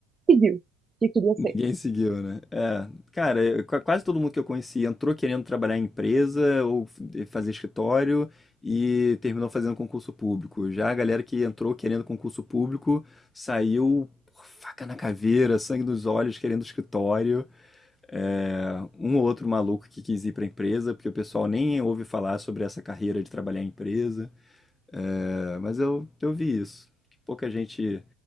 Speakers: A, on the right (about 20°); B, on the left (about 15°).
A: pediu que queria ser.
B: ninguém seguiu, né? É, cara, eu- qua- quase todo mundo que eu conheci entrou querendo trabalhar em empresa ou f- fazer escritório e terminou fazendo concurso público. Já a galera que entrou querendo concurso público saiu por faca na caveira, sangue nos olhos, querendo escritório. É, um ou outro maluco que quis ir para empresa, porque o pessoal nem ouve falar sobre essa carreira de trabalhar em empresa. É, mas eu, eu vi isso. que Pouca gente